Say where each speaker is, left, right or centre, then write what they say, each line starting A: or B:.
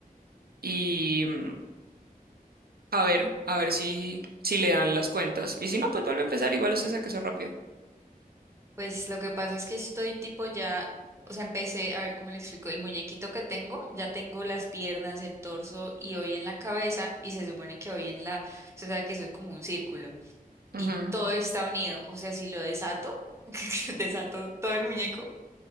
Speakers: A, on the right; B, on the right.
A: y mm, a ver, a ver si, si le dan las cuentas. Y si no, pues vuelve a empezar, igual usted saca eso rápido.
B: Pues lo que pasa es que estoy tipo ya, o sea, empecé, a ver cómo le explico, el muñequito que tengo, ya tengo las piernas, el torso y hoy en la cabeza y se supone que hoy en la, usted sabe que eso es como un círculo
A: Ujú.
B: y todo está unido, o sea, si lo desato, <laughs> desato todo el muñeco,